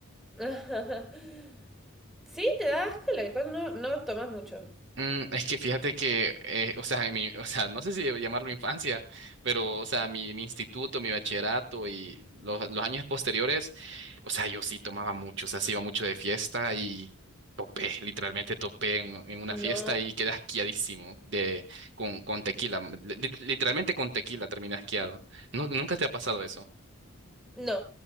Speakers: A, in the centre; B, on the right.
A: <laughs> Sí, te da asco el alcohol, no, no tomas mucho.
B: Mm, es que fíjate que, eh, o sea, en mi, o sea, no sé si llamarlo infancia, pero, o sea, mi, mi instituto, mi bachillerato y los, los años posteriores, o sea, yo sí tomaba mucho, o sea, sí iba mucho de fiesta y topé, literalmente topé en, en una fiesta
A: No.
B: y quedé asqueadísimo de, con, con tequila, li- li- literalmente con tequila terminé asqueado. ¿Nu- ¿Nunca te ha pasado eso?
A: No,